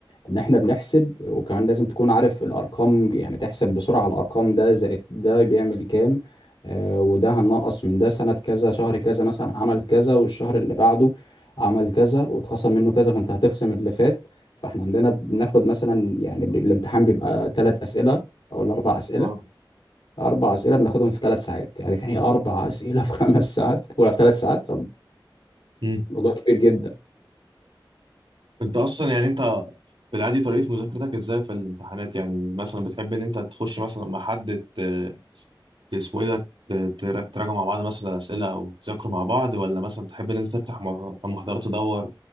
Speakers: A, on the left; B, on the right.
A: ان احنا بنحسب وكمان لازم تكون عارف الارقام يعني تحسب بسرعة الارقام ده زائد ده بيعمل كام آه وده هننقص من ده سنة كذا شهر كذا مثلا عمل كذا والشهر اللي بعده عمل كذا واتخصم منه كذا فانت هتخصم اللي فات فاحنا عندنا بناخد مثلا يعني الامتحان بيبقى ثلاث اسئلة او الاربع اسئلة
B: اه
A: أربع أسئلة بناخدهم في ثلاث ساعات يعني كان هي أربع أسئلة في خمس ساعات ولا في ثلاث ساعات
B: امم
A: موضوع كبير جدا
B: انت اصلا يعني انت في العادي طريقه مذاكرتك ازاي في الامتحانات يعني مثلا بتحب ان انت تخش مثلا مع حد ت... ت- اسمه ايه ده ت- تر- تراجعوا مع بعض مثلا الاسئله او تذاكروا مع بعض ولا مثلا تحب ان انت تفتح مح- محاضرات تدور